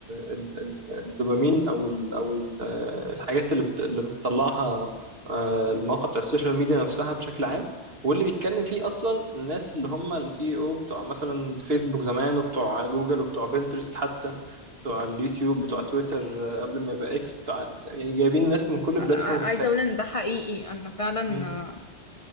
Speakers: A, on the right; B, on the left.
A: ال ال الدوبامين او ال او ال- آه، الحاجات اللي بت اللي بتطلعها آه المواقع بتاع السوشيال ميديا نفسها بشكل عام واللي بيتكلم فيه اصلا الناس اللي هم السي او بتوع مثلا فيسبوك زمان وبتوع جوجل وبتوع بنترست حتى بتوع اليوتيوب
B: مم.
A: بتوع تويتر آه، قبل ما يبقى اكس بتوع يعني جايبين ناس من كل البلاتفورمز
B: ع- عايزه اقول ان ده حقيقي انا فعلا
A: تتخيليها
B: آه،